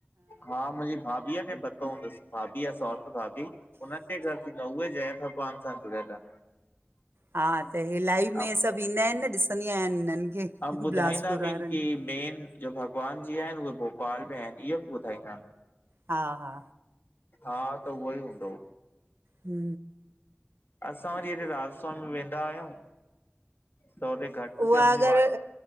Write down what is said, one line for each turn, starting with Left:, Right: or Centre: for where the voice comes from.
Left: हा मुंहिंजी भाभीअ खे पतो हूंदसि- भाभी आहे सौटृ भाभी हुनन्हनि जे घरु थींदो आहे, उहे जय भॻवान सां जुड़ियल आहिनि।
Right: हा त इहे लाइव
Left: आहिनि
Right: में सभु ईंदा आहिनि न ॾिसंदी आहियां हिननि खे
Left: ऐं ॿुधाईंदा
Right: बिलासपुर वारनि
Left: बि की
Right: खे।
Left: मेन जो भॻवान जी आहिनि उहे भोपाल में आहिनि इहो बि ॿुधाईंदा आहिनि।
Right: हा हा
Left: हा त उहो ई हूंदो
Right: हू
Left: असां वरीॾे राधा स्वामी में वेंदा आहियूं त होॾे घटि
Right: उहा
Left: थियो मुंहिंजी
Right: अगरि
Left: वाइ